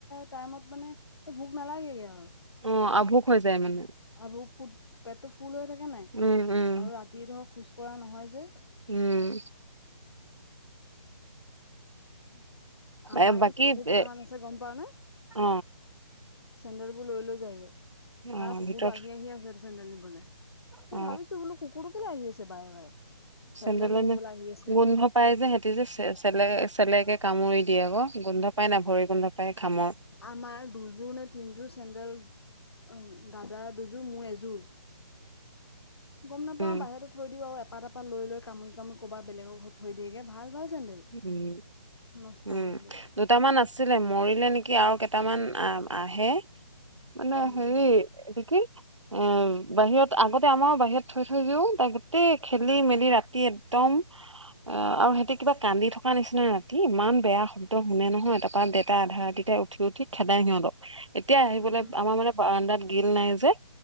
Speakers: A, on the left (about 55°); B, on the right (about 75°).
A: টাইমত মানে এই ভোক নালাগে আৰু।
B: অ', আভুক হৈ যায় মানে।
A: আভুক পেটটো ফুল হৈ থাকে নাই
B: উম উম
A: আৰু ৰাতি ধৰ খোজ কঢ়া নহয় যে।
B: উম।
A: আমাৰ
B: এ
A: ইয়াত
B: বাকী
A: কুকুৰ কেইটামান
B: এ
A: আছে গম পাও নে?
B: অ
A: চেণ্ডেল বোৰ লৈ-লৈ যায় গৈ।
B: অ
A: তাৰ কুকুৰটো
B: ভিতৰত
A: আহি-আহি আছে চেণ্ডেল নিবলে। মই
B: অ
A: ভাবিছোঁ বোলোঁ কুকুৰটো কেলে আহি আছে বাৰে-বাৰে? চেন্দেলজোৰ
B: চেণ্ডেলে
A: নিবলৈ
B: নে
A: আহি আছে।
B: গোন্ধ পাই যে সিহঁতি যে চেলে-চেলেকে কামুৰি দিয়ে আক গোন্ধ পাই নাই ভৰি গোন্ধ পাই ঘামৰ।
A: আমাৰ দুযোৰ নে তিনিযোৰ চেণ্ডেল অ', দাদাৰ দুযোৰ মোৰ এযোৰ। গম নাপাওঁ
B: উম
A: বাহিৰতে থৈ দিওঁ আৰু এপাত-এপাত লৈ-লৈ কামুৰি-কামুৰি কবা বেলেকৰ ঘৰত থৈ দিয়ে গৈ ভাল ভাল চেন্দেল।
B: উম-উম
A: নষ্ট কৰি দিলে একদম
B: দুটামান আছে। আছিলে মৰিলে নেকি, আৰু কেইটামান আহে। মানে
A: উম,
B: হেৰি, এটো কি? উম, বাহিৰত আগতে আমাৰোঁ বাহিৰত থৈ-থৈ দিও তাক গোতেই খেলি মেলি ৰাতি একদম। অ', আৰু সিহঁতি কিবা কান্দি থকা নিচিনা ৰাতি ইমান বেয়া শব্দ শুনে নহয় তাৰপৰা দেতা আধা ৰাতি তে উঠি-উঠি খেদাই সিহঁতক এতিয়া আহিবলৈ
A: উম,
B: আমাৰ মানে বাৰাডাত গিল নাই যে,